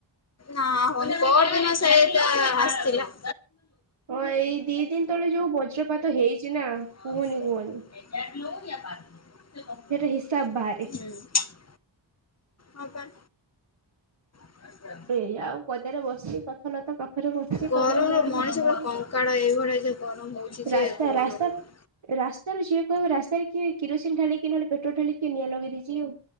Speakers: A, on the left; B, on the right.
A: ନାଁ ପହର ଦିନ ସେଇଟା ଆସିଥିଲା।
B: ହଁ ଏଇ ଦି ଦିନ ତଳେ ଯୋଉ ବଜ୍ରପାତ ହେଇଛି ନା।
A: <unintelligible>
B: କୁହନି କୁହନି ସେଇଟା ହିସାବ ବାହାରେ
A: <unintelligible> ହଁ ପା <unintelligible>
B: ଏ ଆଉ ପଦାରେ ବସି ଗଛଲତା ପାଖରେ ବସିଛି
A: ଗରମର
B: ପବନ ଯାହା ଟିକେ
A: ମଣିଷ
B: ବହୁଛି
A: ପୁରା କଙ୍କାଳ ଏଇଭଳିଆ ଯେ ଗରମ ହଉଛି ଯେ
B: ରାସ୍ତା
A: କୁହନା
B: ରାସ୍ତା
A: କୁହନା
B: ରାସ୍ତାରୁ ଯିଏ କହିବ ରାସ୍ତାରେ କିଏ କିରୋସିନ ଢାଳିକି ନହେଲେ ପେଟ୍ରୋଲ ଢାଳିକି। କିଏ ନିଆଁ ଲଗେଇ ଦେଇଛି ଆଉ